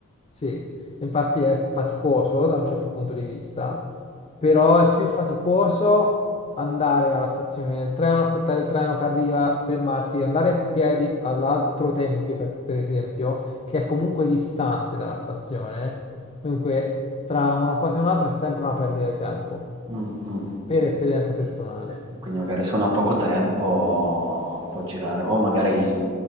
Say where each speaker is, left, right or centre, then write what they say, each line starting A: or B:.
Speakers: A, on the left; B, on the right.
A: Sì, infatti è faticoso da un certo punto di vista, però è più faticoso andare alla stazione del treno, aspettare il treno che arriva, fermarsi, andare a piedi all'altro tempio, per, per esempio, che è comunque distante dalla stazione. Dunque, tra una cosa e un'altra è sempre una perdita di tempo,
B: Mh, mh.
A: per esperienza personale.
B: Quindi magari se uno ha poco tempo può girare o magari,